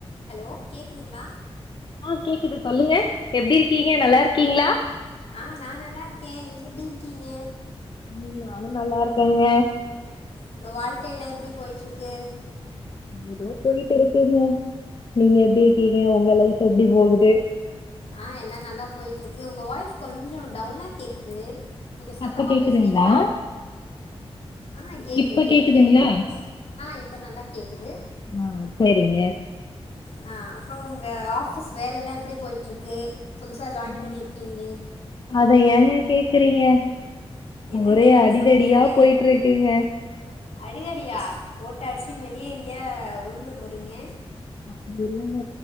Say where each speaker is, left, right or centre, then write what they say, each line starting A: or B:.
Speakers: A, on the left; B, on the left.
A: Hello கேக்குதுங்களா
B: ஆ கேக்குது சொல்லுங்க எப்டி இருக்கீங்க நல்லா இருக்கீங்களா
A: ஆ நா நல்லா இருக்க நீங்க எப்டி இருக்கீங்க
B: ம் நானு நல்லா இருக்கங்க
A: உங்க வாழ்க்கய எல்லா எப்டி போய்ட்டு இருக்கு
B: ஏதோ போயிட்டு இருக்குங்க நீங்க எப்டி இருக்கீங்க உங்க லைஃப் எப்டி போகுது
A: ஆ எல்லா நல்லா போயிட்டு இருக்கு உங்க வாய்ஸ் கொஞ்ச டவுனா கேக்குது கொஞ்ச சத்தமா
B: இப்ப கேக்குதுங்களா
A: பேசுறீங்களா ஆ கேக்குது
B: இப்ப
A: கேக்குது
B: கேக்குதுங்களா
A: ஆ இப்ப நல்லா கேக்குது
B: ஆ சரிங்க
A: அ அப்பற உங்க ஆஃபிஸ் வேல எல்லா எப்டி போய்ட்டு இருக்கு புதுசா ஜாயின்
B: அத
A: பண்ணிருக்கீங்களே
B: அத ஏங்க கேக்குறீங்க
A: என்னங்க
B: ஒரே
A: இப்டி
B: அடிதடியா
A: சொல்றீங்க
B: போயிட்டு இருக்குங்க
A: அடி த டியா போட்டாச்சி வெளியே எங்கயா உழுந்துர போறீங்க
B: அப்டி இல்லங்க